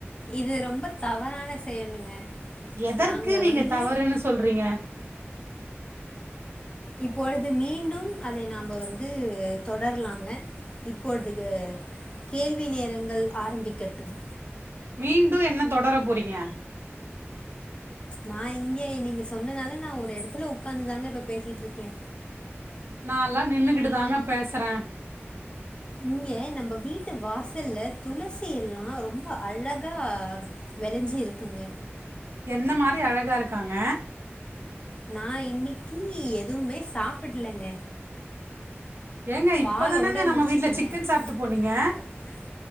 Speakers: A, on the left (about 25°); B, on the right (about 60°).
A: இது ரொம்ப தவறான செயலுங்க
B: எதற்கு
A: நாங்க
B: நீங்க
A: வந்து
B: தவறுன்னு சொல்றீங்க
A: இப்பொழுது மீண்டும் அதை நாம வந்து தொடரலாங்க இப்பொழுது கேள்வி நேரங்கள் ஆரம்பிக்கட்டும்
B: மீண்டும் என்ன தொடர போறீங்க
A: நா இங்க நீங்க சொன்னனால நா ஒரு இடத்துல ஒக்காந்துதாங்க இப்ப பேசிட்டு இருக்கே
B: நான்லா நின்னுகிட்டு தாங்க பேசுறேன்
A: இங்க நம்ம வீட்டு வாசல்ல துளசி எல்லாம் ரொம்ப அழகா வெளஞ்சு இருக்குங்க
B: என்ன மாரி அழகா இருக்காங்க
A: நான் இன்னைக்கி எதுவுமே சாப்பிடலங்க
B: ஏங்க
A: பாலோட
B: இப்பதானங்க நம்ம
A: முடிச்சுட்டேங்க
B: வீட்ல
A: சிக்கன்
B: போனீங்க
A: சாப்ட்டு போனீங்க